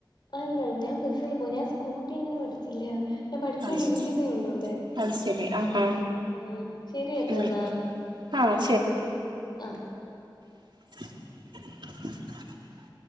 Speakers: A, on the left (about 60°); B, on the right (about 70°).
A: അല്ലല്ല ഞാൻ ബസിൽ പോവും ഞാൻ സ്കൂട്ടി അങ്ങനെ പഠിച്ചില്യ ഞാൻ പഠിച്ചുണ്ടിരിക്കുന്നേ
B: അത് ശരി
A: ഉള്ളൂ ഇവിടെ
B: അത് ശരി ആഹാ
A: ആ ശരി കേട്ടോ
B: ഉം
A: എന്നാ
B: ആഹ്
A: ആഹ
B: ും